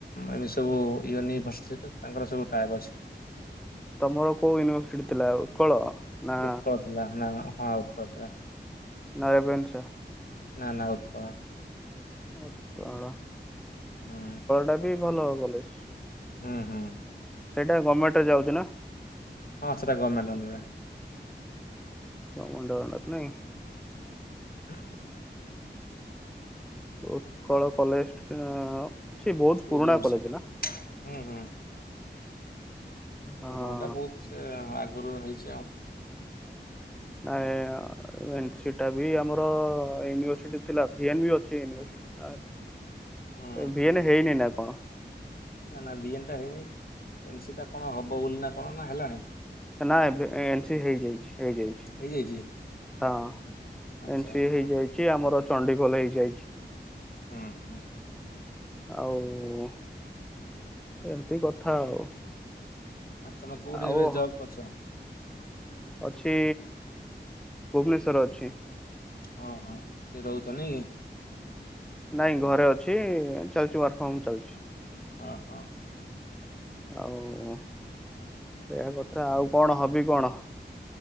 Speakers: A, on the left; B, in the centre.
A: ଏମିତି ସବୁ ୟୁନିଭର୍ସ ସତ ତାଙ୍କର ସବୁ ଟାଇପ ଅଛି।
B: ତମର କୋଉ ୟୁନିଭର୍ସିଟି ଥିଲା ଉତ୍କଳ ନା?
A: ଉତ୍କଳ ଥିଲା ନା ହଁ <unintelligible>
B: ନା ରେଭେନ୍ସା।
A: ନା ନା ଉତ୍କଳ।
B: ଉତ୍କଳ
A: ହୁଁ
B: ଟା ବି ଭଲ କଲେଜ୍।
A: ହୁଁ ହୁଁ।
B: ସେଇଟା ଗଭର୍ଣ୍ଣମେଣ୍ଟରେ ଯାଉଛି ନା।
A: ହଁ। ସେଟା ଗୋମେଣ୍ଟ ଅଣ୍ଡର ରେ।
B: କମେଣ୍ଟ ଅଣ୍ଡର ନାହିଁ।
A: <unintelligible>
B: ଉତ୍କଳ କଲେଜ ଅଛି। ବହୁତ ପୁରୁଣା
A: ୟୁନିଭର୍ସିଟି
B: କଲେଜ ନା।
A: ହୁଁ ହୁଁ।
B: ହଁ
A: ପୁରୁଣା ଟା। ବହୁତ ସେ ଆଗରୁ ହେଇଛି ଆଉ।
B: ଏନସି ଟା ବି, ଆମର ୟୁନିଭରସିଟି ଥିଲା ଭିନେ ବି ଅଛି ୟୁନିଭରସିଟି। ଆଛ
A: ହୁଁ
B: ଭିଏନ ହେଇନି ନା କଣ।
A: ନା ନା ବି ଏନ ଟା ହେଇନି। ଏ ସେଟା କଣ ହବ ବୋଲି ନା କଣନା ହେଲାଣି।
B: ନା ଏନ୍ ସି ହେଇଯାଇଛି ହେଇଯାଇଛି
A: ହେଇଯାଇଛି?
B: ହଁ।
A: ଆଚ୍ଛା
B: ଏନ୍ ସି
A: ଆଚ୍ଛା
B: ହେଇଯାଇଛି ଆମର ଚଣ୍ଡିଗୋଲ ହେଇଯାଇଛି।
A: ହୁଁ ହୁଁ
B: ଆଉ ଏମିତି କଥା ଆଉ।
A: ଆଉ ତମେ କଉଠି
B: ଆଉ
A: ଏବେ ଜବ୍ କରୁଛ।
B: ଅଛି ଭୁବନେଶ୍ଵର ଅଛି।
A: ହଁ ହଁ ହେଟି ରହୁଛନାଇଁ କି?
B: ନାଇଁ ଘରେ ଅଛି ଚାଲିଛି ୱାର୍କ ଫମ ଚାଲିଛି।
A: ଓ ହୋ।
B: ଆଉ ସେୟା କଥା ଆଉ କଣ। ହବି କଣ?